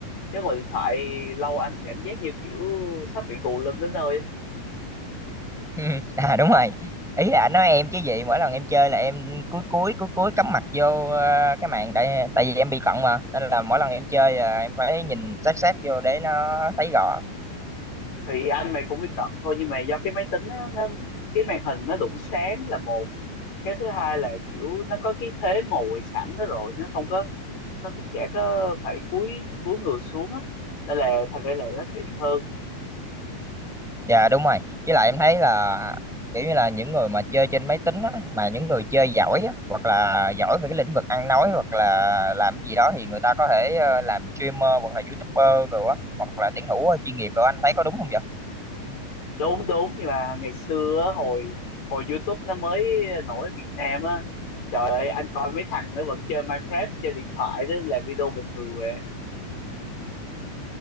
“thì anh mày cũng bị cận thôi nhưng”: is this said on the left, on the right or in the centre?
Left